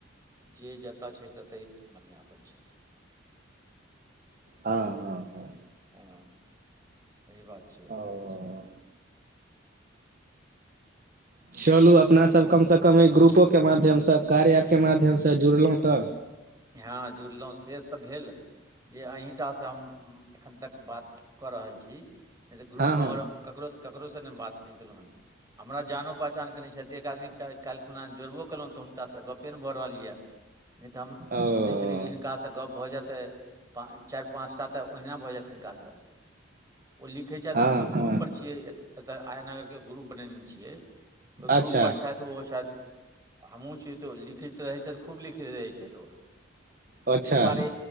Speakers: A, on the right; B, on the right.
A: जे जतऽ छै ततहि बढ़ियाँ अपन छै
B: हँ हँ हँ
A: हँ सही बात छियै
B: ओ चलू अपना सब कमसँ कम एहि ग्रुपोके माध्यमसँ कार्य आपके माध्यमसँ जुड़लहुँ तऽ
A: हँ जुड़लहुँ सेेष तऽ भेल जे अहींटासँ हम एखन तक बात कऽ रहल छी नहि तऽ ग्रुपमे
B: हँ हँ
A: आओर हम ककरोसँ ककरोसँ नहि बातचीत केलहुँ हन हमरा जानो पहचान के नहि छथि एक आदमीे काल्हिखुना जोड़बो केलहुँ तऽ हुनकासँ गपे नहि भऽ रहल यऽ नहि तऽ हम
B: ओ
A: सोचै छलियै जे हिनकासँ गप्प भऽ जायतै पा चारि पाँच टा तऽ ओहिना भऽ जायत हिनकासँ ओ लिखै छथि
B: हँ
A: हमसभ
B: हँ
A: ग्रुपर छियै एत एतय आया नगरके ग्रुप बनेने छियै ओहि
B: अच्छा
A: ग्रुपपर छथि ओहो छथि हमहूँ छी तऽ ओ लिखैत रहै छथि खूब लिखैत रहै छथि ओ
B: अच्छा
A: ताहि दुआरे